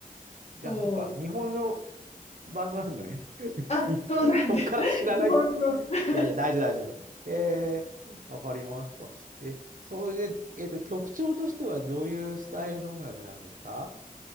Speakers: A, on the right (about 60°); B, on the left (about 45°).
A: じゃあ、
B: そう。
A: そっか、日本のバンドなんだね。<laughs>
B: あ、
A: しそっから知らないって。
B: そうなんです。<laughs> 日本の。
A: い
B: <laughs>
A: やいや、大丈夫、大丈夫。へえ、わかりました。え、それで、えっと、曲調としてはどういうスタイルの音楽なんですか